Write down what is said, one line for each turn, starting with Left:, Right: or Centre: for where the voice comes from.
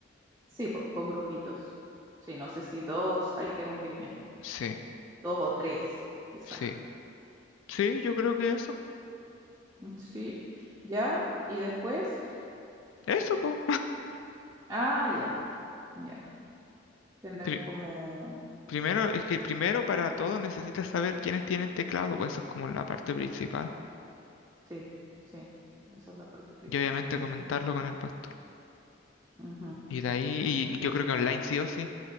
Right: sí, pues, con grupitos. Sí, no sé si dos, ahí tengo que ir viendo.
Left: Sí,
Right: Dos o tres, quizá.
Left: sí. Sí, yo creo que eso.
Right: Sí, ya. Y después,
Left: Eso, pues.
Right: ah, ya, ya. Tener
Left: <laughs>
Right: como
Left: primero, es que primero para todo necesitas saber quiénes tienen teclado, pues eso es como la parte principal.
Right: Sí, sí, esa es la parte principal
Left: Y obviamente
Right: en
Left: comentarlo
Right: el fondo.
Left: con el pastor.
Right: Ujú,
Left: Y de ahí,
Right: ujú.
Left: y yo creo que online sí o sí,